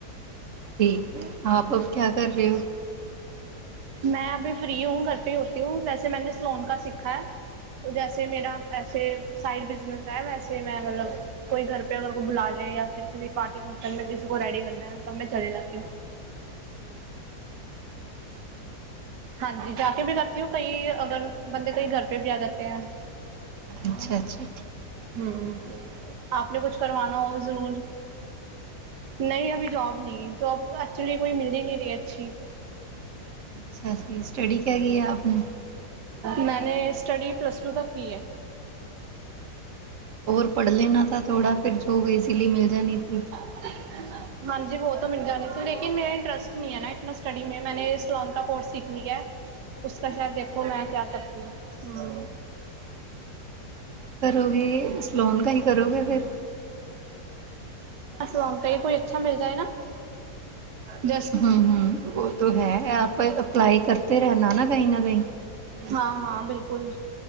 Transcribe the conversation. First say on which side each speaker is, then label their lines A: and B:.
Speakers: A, on the right; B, on the right.
A: ਠੀਕ ਹੈ ਆਪ ਅਬ ਕਿਆ ਕਰ ਰਹੇ ਹੋ?
B: ਮੈਂ ਅਭੀ ਫ੍ਰਰੀ ਹੂੰ ਘਰ ਪੇ ਹੋਤੀ ਹੂੰ ਵੈਸੇ ਮੈਂਨੇ ਸਲੋਨ ਕਾ ਸਿੱਖਾ ਹੈ ਜੈਸੇ ਮੇਰਾ। ਸਾਈਡ ਬਿਜ਼ਨਸ ਹੈ ਵੈਸੇ ਮੈਂ ਮਤਲੱਬ। ਕੋਈ ਘਰ ਪੇ ਅਗਰ ਕੋਈ ਬੁਲਾ ਲੇ ਜਾਂ ਫਿਰ ਕਿਸੇ ਪਾਰਟੀ ਫੰਕਸ਼ਨ ਮੈਂ ਕਿਸੇ ਕੋ ਰੈਡੀ ਕਰਨਾ। ਚਲੀ ਜਾਤੀ ਹੋ। ਹਾਂਜੀ ਜਾ ਕੇ ਵੀ ਕਰਤੀ ਹੋ ਕਈ ਅਗਰ ਬੰਦੇ ਕਈ ਘਰ ਪੇ ਵੀ ਆ ਜਾਂਦੇ ਹੈ।
A: ਅੱਛਾ ਅੱਛਾ।
B: ਹਮ ਆਪ ਨੇ ਕੁਛ ਕਰਵਾਨਾ ਹੋ ਜ਼ਰੂਰ ਨਹੀਂ ਅਭੀ ਜੋਬ ਨਹੀਂ ਜੋਬ ਐਕਚੁਲੀ ਕੋਈ ਮਿਲਦੀ ਨਹੀਂ ਰਹੀ ਅੱਛੀ
A: ਅੱਛਾ ਜੀ ਸਟੱਡੀ ਕਿਆ ਕੀ ਹੈ ਆਪ ਨੇ।
B: ਮੈਂਨੇ, ਸਟੱਡੀ ਪਲੱਸ ਟੂ ਤੱਕ ਕੀ ਹੈ।
A: ਔਰ ਪੜ੍ਹ ਲੈਣਾ ਥਾ ਥੋੜਾ, ਫਿਰ ਜੋਬ ਈਜ਼ਲੀ ਮਿਲ ਜਾਨੀ ਥੀ।
B: ਹਾਂ <inaudible> ਹਾਂਜੀ ਵੋ ਤੋ ਮਿਲ ਜਾਣੀ ਥੀ, ਲੇਕਿਨ ਮੇਰਾ ਇੰਟਰਸਟ ਨਹੀਂ ਹੈ ਨਾ ਇਤਨਾ ਸਟੱਡੀ ਮੇਂ, ਮੈਂਨੇ ਸਲੋਨ ਕ ਕੋਰਸ ਸਿਖ ਲਿਆ ਹੈ। ਉਸਕਾ ਸ਼ਾਇਦ ਦੇਖੋ ਮੈਂ ਕਿਆ ਕਰਤੀ ਹੂੰ, ਹੂੰ।
A: ਵੀ <unintelligible> ਸਲੋਨ ਕਾ ਹੀ ਕਰੋਗੇ ਫਿਰ
B: ਸਲੋਨ ਕਾ ਹੀ ਕੋਈ ਅੱਛਾ ਮਿਲ ਜਾਏ ਨਾ, ਜੈਸ
A: ਹਮ, ਹਮ ਵੋ ਤੋ ਹੈ ਆਪ ਅਪਲਾਈ ਕਰਤੇ ਰਹਿਣਾ ਨਾ ਕਹੀ ਨਾ ਕਹੀ।
B: ਹਾਂ, ਹਾਂ ਬਿਲਕੁਲ